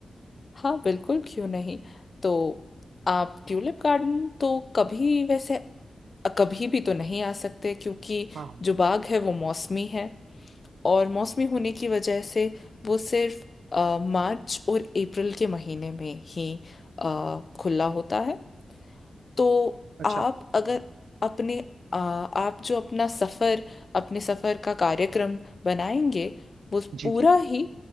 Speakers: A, on the left; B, on the right.
A: हाँ बिल्कुल क्यों नहीं तो आप ट्यूलिप गार्डन तो कभी वैसे कभी भी तो नहीं आ सकते क्योंकि
B: हाँ हाँ
A: जो बाग है वो मौसमी है और मौसमी होने की वजह से वो सिर्फ अ, मार्च और अप्रैल के महीने में ही अ, खुला होता है तो
B: अच्छा
A: आप अगर अपने आ, आप जो अपना सफर अपने सफर का कार्यक्रम बनाएंगे वो
B: जी
A: पूरा
B: जी
A: ही